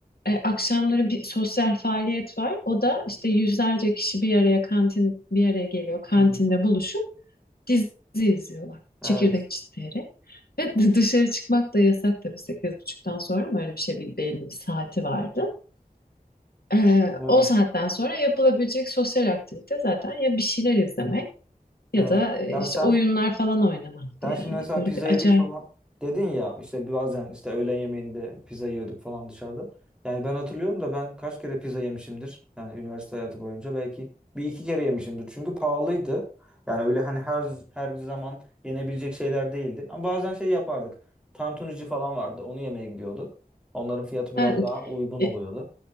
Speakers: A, on the left (about 85°); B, in the centre.
A: E, akşamları bir sosyal faaliyet var. O da işte yüzlerce kişi bir araya kantin bir araya geliyor. Kantinde
B: Hı hı.
A: buluşup Dizi izliyorlar.
B: Evet,
A: Çekirdek çitleyerek. Ve dışarı çıkmak da yasak tabii sekiz buçuktan sonra mı öyle bir şey bir belli bir saati vardı. Ee,
B: evet,
A: o saatten sonra yapılabilecek sosyal aktivite zaten ya bir şeyler izlemek ya
B: evet.
A: da e,
B: Ya
A: işte
B: sen
A: oyunlar falan oynamaktı
B: Sen
A: yani.
B: şimdi mesela
A: Böyle
B: pizza
A: bir
B: yedik
A: acayip.
B: falan dedin ya işte bazen işte öğlen yemeğinde pizza yiyorduk falan dışarıda. Yani ben hatırlıyorum da ben kaç kere pizza yemişimdir. Yani üniversite hayatı boyunca belki bir iki kere yemişimdir. Çünkü pahalıydı. Yani öyle hani her her zaman yenebilecek şeyler değildi. Ama bazen şey yapardık. Tantunici falan vardı. Onu yemeye gidiyorduk. Onların fiyatı biraz
A: Yani,
B: daha uygun
A: e,
B: oluyordu.